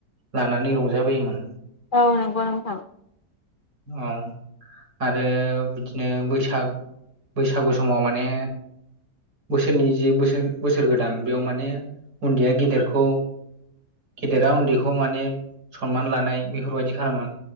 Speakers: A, on the right; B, on the left.
A: लानानै रंजाबोयोमोन।
B: औ नंगौ नोंथां।
A: औ। आरो बिदिनो बैसाग बैसागु समाव माने बोसोरनि जे बोसोर बोसोर गोदान बेयाव माने उन्दैया गेदेरखौ गेदेरा उन्दैखौ माने सनमान लानाय बेफोरबायदि खालामोमोन।